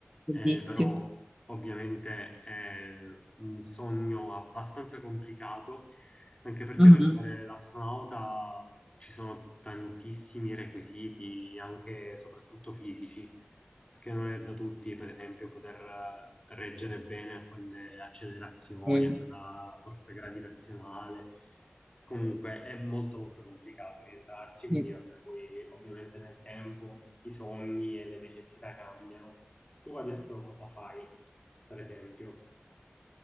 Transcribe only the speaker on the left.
eh, però ovviamente è un sogno abbastanza complicato, anche perché
per fare l'astronauta ci sono tantissimi requisiti, anche e soprattutto fisici, perché non è da tutti, per esempio, poter eh, reggere bene a quelle accelerazioni,
a quella forza gravitazionale. Comunque è molto molto complicato rientrarci, quindi
vabbè, poi ovviamente nel tempo i sogni e le necessità cambiano. Tu adesso cosa fai, per esempio?